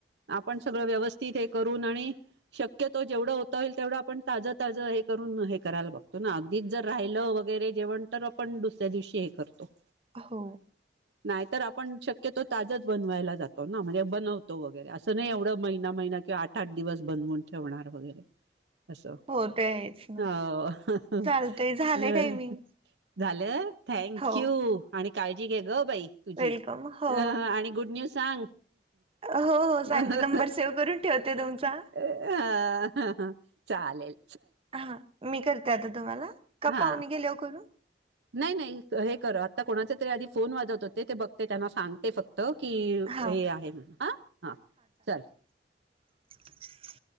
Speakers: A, on the right (about 75°); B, on the right (about 35°).
A: आप आपण सगळं व्यवस्थित हे करून आणि शक्यतो, जेवढा होता येईल तेवढा पण ताजं ताजं हे करून हे करायला बघतो ना, अगदीच जर राहिलं वगैरे जेवण तर आपण दुसऱ्या दिवशी हे करतो.
B: हो.
A: नाही तर आपण शक्यतो ताजच बनवायला जातो ना म्हणजे, बनवतो वगैरे असं नाही एवढं महिना- महिना किंवा आठ -आठ दिवस बनवून ठेवणार वगैरे. असो
B: हो ते आहेच ना
A: हा, हा ह
B: चालतंय झालंय
A: अ ह
B: टायमिंग
A: <unintelligible> झालं. थँक
B: हो
A: यू! आणि काळजी घे गं बाई! तुझी
B: वेलकम हो
A: अ ह आणि गुड न्यूज सांग.
B: हो हो
A: ह
B: सांगते
A: ह
B: नंबर सेव्ह करून ठेवते तुमचा
A: अ ह हा <unintelligible> चालेल.
B: हां. मी करते आता तुम्हाला का
A: हा
B: पाहुणे गेल्यावर करू?
A: नाही नाही हे कर आता कोणाचा तरी आधी फोन वाजत होते ते बघते त्यांना सांगते फक्त की
B: हा
A: हे आहे म्हण हा हा चल
B: <inaudible>